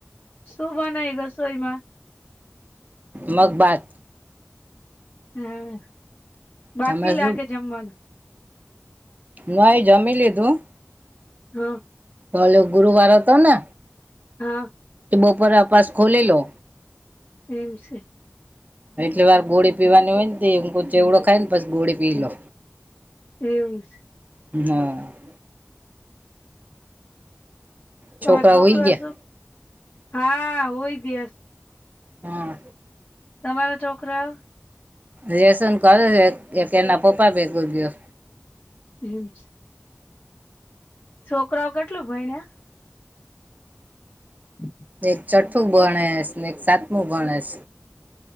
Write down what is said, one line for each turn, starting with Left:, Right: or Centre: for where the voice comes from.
Left: શું બનાય રસોઈમાં?
Right: મગ ભાત.
Left: હા, બાકી
Right: તમે
Left: લાગે
Right: શું
Left: જમવાનું.
Right: ભાઈ, જમી લીધું.
Left: હા.
Right: કાલે ગુરુવાર હતો ને?
Left: હા
Right: તો બપોર અપાસ ખોલેલો
Left: એમ છે
Right: એટલી વાર ગોળી પીવાની હોય ને એમ ચેવડો ખાય ને પ ગોળી પી લો
Left: એવવું છે
Right: હ
Left: તમારો
Right: છોકરા
Left: છોકરો
Right: હુઈ ગયા
Left: શું હા હોય
Right: હમ
Left: તમારા છોકરા
Right: રસન કરે છે એક એના પપ્પા ભેગું ગયો
Left: હમ છોકરાઓ કેટલું ભયળા <inaudible>
Right: ને એક ચઠ્ઠું ભણેસ ને એક સાતમું ભણેસ